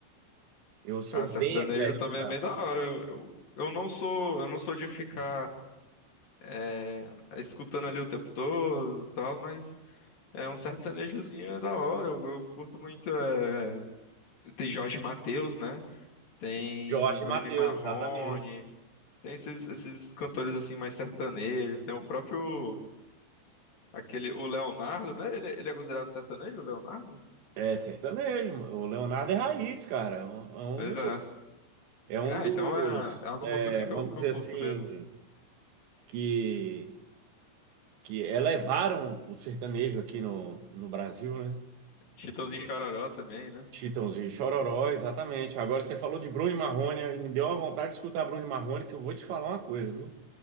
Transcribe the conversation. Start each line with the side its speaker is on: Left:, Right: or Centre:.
Right: Eu sou
Left: Ah, sertanejo
Right: bem eclético,
Left: também
Right: cara.
Left: é bem da hora. Eu, eu, eu não sou, eu não sou de ficar é, escutando ali o tempo todo e tal, mas é um sertanejozinho é da hora. Eu, eu curto muito. é, Tem Jorge Mateus, né? Tem
Right: Jorge
Left: Bruno
Right: Mateus,
Left: e Marrone.
Right: exatamente.
Left: Tem esses, esses cantores assim mais sertanejo, tem o próprio aquele o Leonardo, né? Ele, ele é considerado sertanejo, o Leonardo?
Right: É sertanejo. O Leonardo é raiz, cara. É um é um
Left: Beleza.
Right: dos. É um
Left: Ah,
Right: dos.
Left: então é, é uma
Right: é,
Left: música assim que
Right: vamos
Left: eu, que
Right: dizer
Left: eu curto
Right: assim,
Left: mesmo.
Right: que, que elevaram o sertanejo aqui no, no Brasil, né?
Left: Chitãozinho e Chororó também, né? <laughs>
Right: Chitãozinho e Chororó, exatamente. Agora você falou de Bruno e Marrone, aí me deu uma vontade de escutar Bruno e Marrone, que eu vou te falar uma coisa, viu?